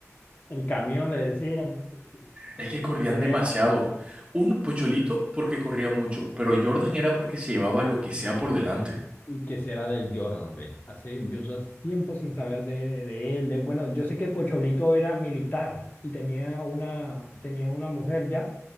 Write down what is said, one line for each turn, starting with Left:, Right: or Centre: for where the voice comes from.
Left: el camión, le decían, sí, sí,
Right: Es que corrían
Left: corría.
Right: demasiado. Un Pocholito porque corría mucho, pero Jordan era porque se llevaba lo que sea por delante.
Left: ¿Y qué será del Jordan, ve? Hace, yo hace tiempo sin saber de, de él. De, bueno, yo sé que Pocholito era militar y tenía una, tenía una mujer ya